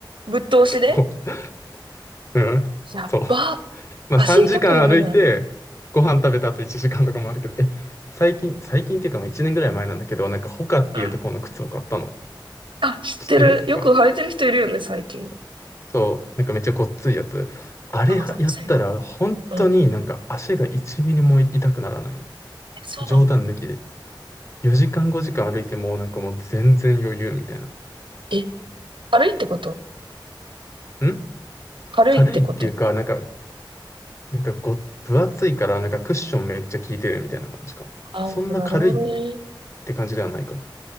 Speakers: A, on the right (about 85°); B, on the left (about 35°).
A: ぶっ通しで
B: こう、うん、
A: やっば。
B: そう。まあ3時間歩いて、
A: 足痛くならない
B: ご飯食べた後1時間とかもあるけど、え、最近、最近っていうかまあ1年ぐらい前なんだけど、なんかホカっていうところの靴を買ったの。
A: うんあ、知ってる。
B: 知ってるホカ。
A: よく履いてる人いるよね、最近。
B: そう。なんかめっちゃごっついやつ。あれやったら、
A: あ、こっちに。
B: 本当になんか足が1ミリも痛くならないの。
A: うん。え、そうなの
B: 冗談抜きで。4時間5時間歩いても、なんかもう全然余裕みたいな。
A: え、軽いってこと
B: ん
A: 軽いってこと。
B: 軽いっていうか、なんか、なんかご、分厚いから、なんかクッションめっちゃ効いてるみたいな感じかも。
A: ああー、
B: そんな軽いっ
A: なるほどね。
B: て感じではないかも。